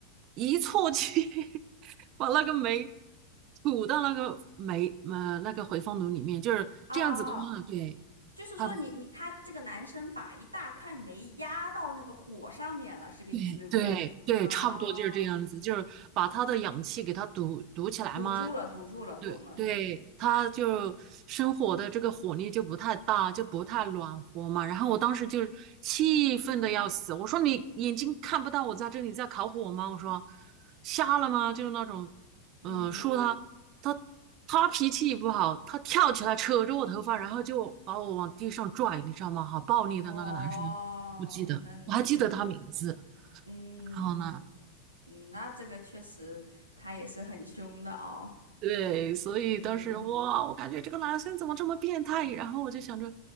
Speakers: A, on the right; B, on the right.
A: 一戳进，<laughs> 把那个煤吐到那个煤呃那个回风炉里面，就是这样子的话，
B: 哦，
A: 对。
B: 就是说你你他这个男生把一大块煤压到那个火上面了，
A: 的。
B: 是这个意思对不对？
A: 对对对，
B: 啊
A: 差不多就是这样子，就是把他的氧气给他堵堵起来嘛。
B: 堵住了，堵住了，
A: 对对，
B: 懂了。
A: 他就生火的这个火力就不太大，就不太暖和嘛。然后我当时就是气愤的要死，我说你眼睛看不到我在这里在烤火吗？我说瞎了吗？就是那种，嗯、
B: 嗯，
A: 说他他他脾气也不好，他跳起来扯着我头发，然后就把我往地上拽，你知道吗？好暴力的那个男生，
B: 哦，
A: 我记得我还记得他名字。
B: 那嗯嗯嗯，
A: 然后呢，
B: 那这个确实他也是很凶的哦。
A: 对，所以当时哇，
B: 嗯
A: 我感觉这个男生怎么这么变态？然后我就想着，